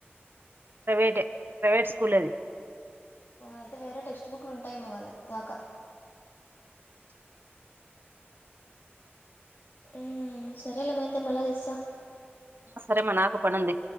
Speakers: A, on the right; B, on the left.
A: ప్రైవేట్ ప్రైవేట్ స్కూల్ అది
B: అయితే వేరే టెక్స్ట్ బుక్లు ఉంటాయమ్ మొ వాళ్ళకి కాక అ సరేల మాహతే మళ తెస్సా
A: శరేమ నాకు పనంది